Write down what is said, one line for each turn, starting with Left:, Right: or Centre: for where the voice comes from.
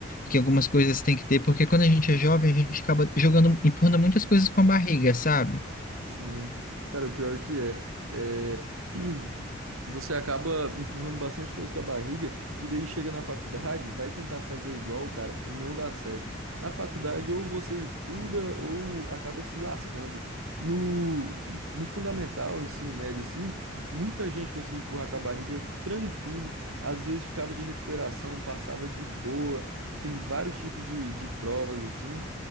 Left: que algumas coisas tem que ter, porque quando a gente é jovem, a gente acaba jogando, empurrando muitas coisas com a barriga, sabe?
Right: Sim. Cara, o pior que é, é, <clears throat> você acaba empurrando bastante coisa com a barriga e daí chega na faculdade, vai tentar fazer igual, cara, não dá certo. Na faculdade ou você estuda ou acaba se lascando. No, no fundamental, ensino médio, assim, muita gente conseguia empurrar com a barriga tranquilo, às vezes ficava de recuperação, passava de boa, tem vários tipos de, de provas, assim.